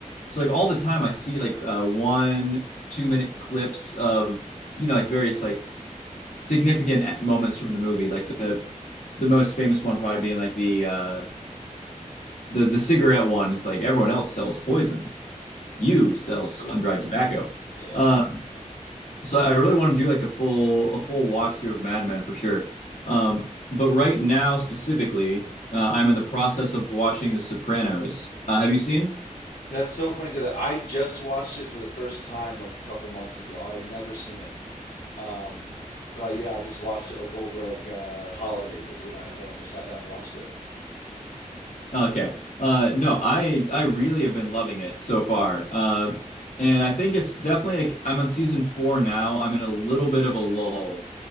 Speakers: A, on the left; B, on the left.
A: So like all the time I see like uh, one, two minute clips of you know like various like significant moments from the movie. Like the the most famous one probably being like the uh, the the cigarette one is like everyone else sells poison, you sell
B: It's
A: sun
B: toasted.
A: dried tobacco.
B: yeah,
A: Um,
B: yeah.
A: so I really want to do like a full a full watch through of Mad Men for sure. Um, but right now specifically, uh, I'm in the process of watching The Sopranos. Uh, have you seen?
B: That's so funny to that. I just watched it for the first time like a couple months ago. I had never seen it. Um, but yeah, I just watched it like over like uh, holidays is when I, as I sat down and watched it.
A: Okay. Uh, no, I I really have been loving it so far. Uh, and I think it's definitely like I'm on season four now. I'm in a little bit of a lull,